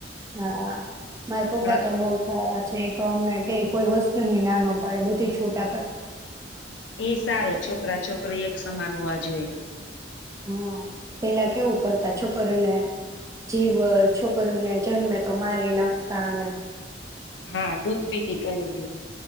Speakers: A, on the right; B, on the left.
A: હા, મારા પપ્પા
B: પણ
A: તો બહુ સારા. તો અમને કે કોઈ વસ્તુ ની નાનો પડે, બધી છૂટ આપે.
B: એ સારો છોકરા છોકરી એક સમાન હોવા જોએ.
A: હા પેલા કેવું કરતા છોકરોને જીવ છોકરીને જન્મે તો મારી નાખતાને.
B: હા દૂધ પીતી કરી દી.